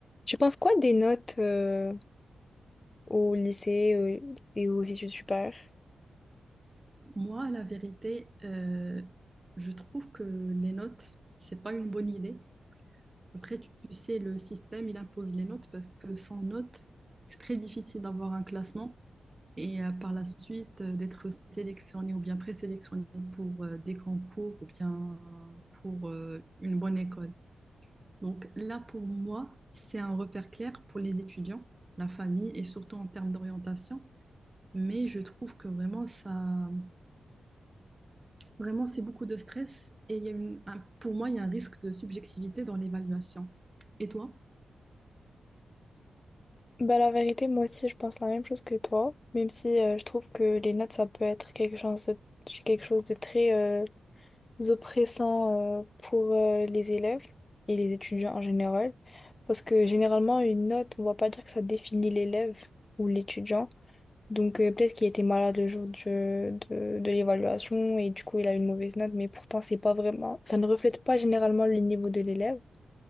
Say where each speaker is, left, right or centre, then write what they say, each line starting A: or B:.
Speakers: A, on the left; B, on the right.
A: Tu penses quoi des notes euh, au lycée euh, et aux études supérieures?
B: Moi, la vérité, euh, je trouve que les notes, c'est pas une bonne idée. Après, tu tu sais, le système, il impose les notes parce que sans notes, c'est très difficile d'avoir un classement et euh, par la suite euh, d'être sélectionné ou bien présélectionné pour euh, des concours ou bien pour euh, une bonne école. Donc là, pour moi, c'est un repère clair pour les étudiants, la famille et surtout en termes d'orientation. Mais je trouve que vraiment ça. Vraiment, c'est beaucoup de stress et il y a une- un- pour moi, il y a un risque de subjectivité dans l'évaluation. Et toi?
A: Bah la vérité, moi aussi, je pense la même chose que toi, même si euh, je trouve que les notes, ça peut être quelque chose de, quelque chose de très euh, oppressant euh, pour euh, les élèves et les étudiants en général, parce que généralement, une note, on va pas dire que ça définit l'élève ou l'étudiant, donc euh, peut-être qu'il était malade le jour du- de, de l'évaluation et du coup, il a une mauvaise note, mais pourtant, c'est pas vraiment, ça ne reflète pas généralement le niveau de l'élève.